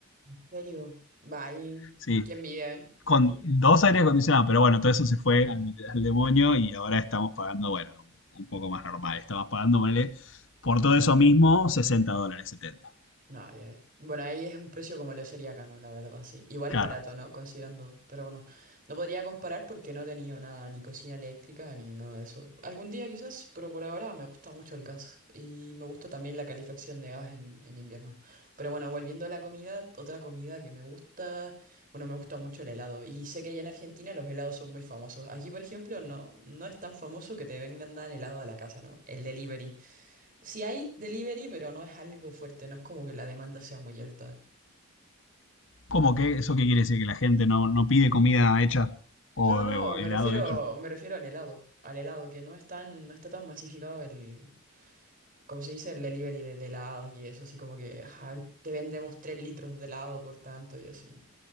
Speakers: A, on the right; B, on the left.
A: ¿En serio? Vaya,
B: <laughs> Sí,
A: qué envidia, ¿eh? <laughs>
B: con dos aire acondicionados, pero bueno, todo eso se fue al, al demonio y ahora estamos pagando, bueno, un poco más normal. Estamos pagando, ponele, por todo eso mismo, 60 dólares, setenta
A: No, ya- Bueno, ahí es un precio como lo sería acá, ¿no? La verdad, sí. Igual
B: Claro.
A: barato, ¿no? Considerando. Pero bueno, no podría comparar porque no he tenido nada, ni cocina eléctrica, ni nada de eso. Algún día quizás, pero por ahora me gusta mucho el gas. Y me gusta también la calefacción de gas en, en invierno. Pero bueno, volviendo a la comida, otra comida que me gusta, bueno, me gusta mucho el helado. Y sé que allá en Argentina los helados son muy famosos. Aquí, por ejemplo, no, no es tan famoso que te vengan dan helado a la casa, ¿no? El delivery. Sí hay delivery, pero no es algo fuerte, no es como que la demanda sea muy alta.
B: ¿Cómo que eso qué quiere decir? ¿Que la gente no, no pide comida hecha o,
A: No, no,
B: o
A: no, me
B: helado
A: refiero,
B: hecho?
A: me refiero al helado, al helado, que no es tan, no está tan masificado el, como se dice, el delivery de, de helados y eso, así como que ajá, te vendemos 3 litros de helado por tanto y así, ¿no?